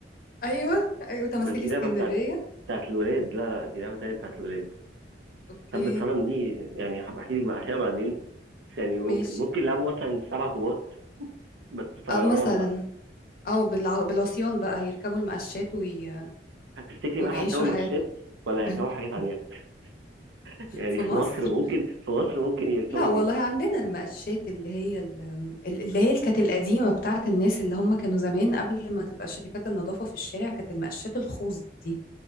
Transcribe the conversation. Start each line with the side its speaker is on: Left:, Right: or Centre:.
Left: ايوه ايوه تماثيل
Right: بس دي
Left: اسكندرية
Right: لعبة بتاعت بتاعت الولاد لا لا دي لعبة تانية بتاعت الولاد
Left: اوكي
Right: ثبت صنم دي يعني هبحكي لك بقى عليها بعدين بس يعني ممكن
Left: ماشي
Right: ممكن يلعبوا مثلا سبع طوبات بس طيران
Left: او مثلا
Right: بقى
Left: او بالع- بالعصيان بقى هيركبوا المقشات وي...
Right: هتفتكري
Left: ويعيشوا
Right: بقى هيركبوا مقشات
Left: حياتهم
Right: ولا هيركبوا
Left: <laughs>
Right: حاجة تانية <laughs> يعني
Left: في
Right: في
Left: مصر
Right: مصر ممكن في مصر ممكن يركبوا
Left: لا والله
Right: ايه
Left: عندنا المقشات اللي هي ال- ال- اللي هي اللي كانت القديمة بتاعت الناس اللي هم كانوا زمان قبل ما تبقى شركات النظافة في الشارع كانت المقشات الخوص دي